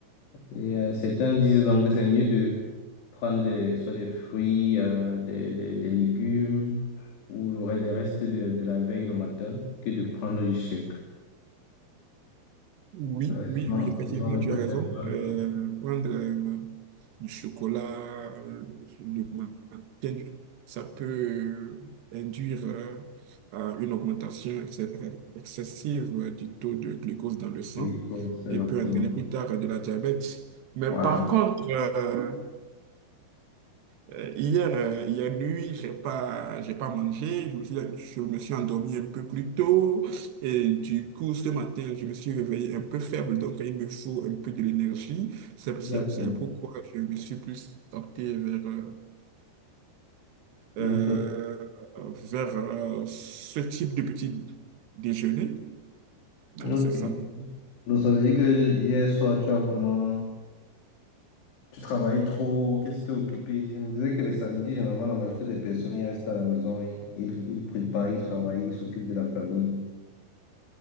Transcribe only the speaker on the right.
Oui,
oui,
oui, effectivement,
tu
as raison. Euh,
prendre euh, du chocolat le le matin, ça peut euh, induire euh, à une augmentation ex- excessive euh, du taux de glucose dans le sang
et
peut entraîner plus tard euh, de la diabète. Mais
par contre, euh, euh, hier, euh, hier nuit, j'ai pas, j'ai pas mangé. Je me suis, je me suis endormi un peu plus tôt. Et du coup, ce matin, je me suis réveillé un peu faible. Donc, il me faut un peu de l'énergie. C'est c'est-
c'est pourquoi je me suis plus opté vers, euh,
euh, vers euh, ce type de petit déjeuner. Alors,
c'est ça.